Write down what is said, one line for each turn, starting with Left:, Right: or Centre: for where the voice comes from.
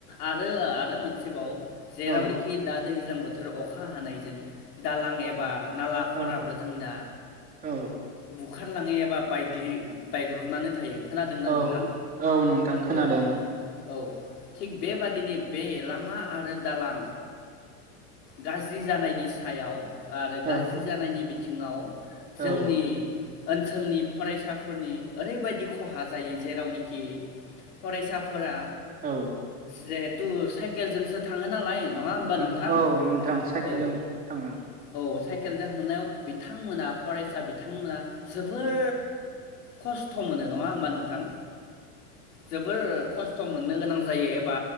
Left: आरो आरो मोनसेबाव जेरावनिखि
Right: औ
Left: दा दै ज्लां बोथोर अखा हानायजों दालां एबा नालाफोराबो
Right: औ
Left: जोंना
Right: औ
Left: बु खारलाङो एबा बायग्लि बायग्रबनानै थायो। खोनादोंना
Right: औ
Left: नोंथां?
Right: औ नोंथां खोनादों
Left: औ औ थिग बेबादिनो बे लामा आरो दालां गाज्रि जानायनि सायाव आरो
Right: औ
Left: गाज्रि जानायनि बि थिङाव जोंनि
Right: औ
Left: ओनसोलनि फरायसाफोरनि ओरैबायदि खहा जायो जेरावनोखि फरायसाफोरा
Right: औ
Left: जेहेथु साइकेलजोंसो थाङो नालाय नङा होमबा नोंथां
Right: ओ औ नोंथां साइकेलजों
Left: औ
Right: थाङो।
Left: औ साइकेलजों हांनायाव बिथांमोना फरायसा बिथांमोना जोबोर खस्थ' मोनो नङा होमबा नोंथां जोबोर खस स्थ' मोननो गोनां जायो एबा